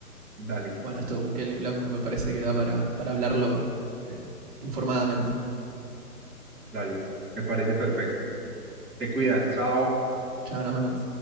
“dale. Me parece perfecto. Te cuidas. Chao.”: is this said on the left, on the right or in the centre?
Centre